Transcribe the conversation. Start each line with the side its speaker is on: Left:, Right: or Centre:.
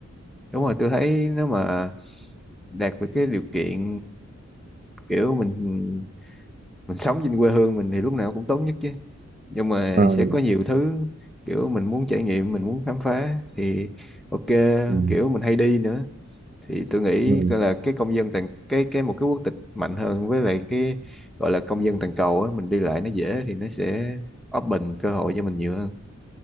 Centre: đúng rồi tôi thấy nếu mà đạt được cái điều kiện kiểu mình mình sống trên quê hương mình thì lúc nào cũng tốt nhất chứ nhưng mà
Right: ừ,
Centre: sẽ có nhiều thứ kiểu mình muốn trải nghiệm mình muốn khám phá thì ok
Right: ừ,
Centre: kiểu mình hay đi nữa thì tôi nghĩ
Right: ừ,
Centre: coi là cái công dân toàn cái cái một cái quốc tịch mạnh hơn với lại cái gọi là công dân toàn cầu á mình đi lại nó dễ thì nó sẽ open cơ hội cho mình nhiều hơn